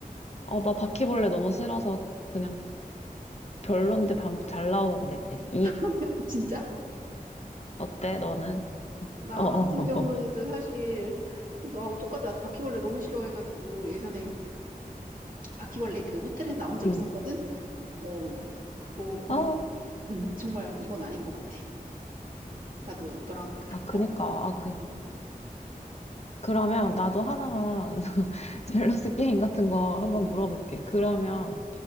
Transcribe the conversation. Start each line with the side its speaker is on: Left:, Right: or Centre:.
Left: 어, 나 바퀴벌레 너무 싫어서 그냥 별론데 밤 잘 나오는데. 이,
Right: <laughs> 진짜?
Left: 어때, 너는?
Right: 나
Left: 어, 어,
Right: 같은
Left: <laughs>
Right: 경우에도
Left: 어. 어.
Right: 사실 너하고 똑같아. 나도 바퀴벌레 너무 싫어해가지고 예전에 바퀴벌레 그 호텔에서 나온 적
Left: 응.
Right: 있었거든. 어, 그거 본,
Left: 아,
Right: 음, 정말 이건 아닌 것 같아. 나도 너랑 같이
Left: 아, 그니까.
Right: 덮,
Left: 아, 그,
Right: 응,
Left: 그러면 나도 하나만 <laughs> 밸런스 게임 같은 거 한번
Right: 응,
Left: 물어볼게. 그러면,